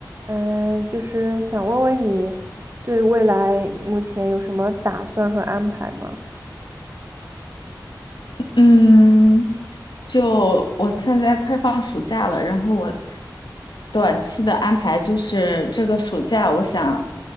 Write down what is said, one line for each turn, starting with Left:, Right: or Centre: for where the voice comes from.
Right: 嗯，呃就是想问问你对未来目前有什么打算和安排吗？
Left: 嗯，就我现在快放暑假了，然后我短期的安排就是这个暑假我想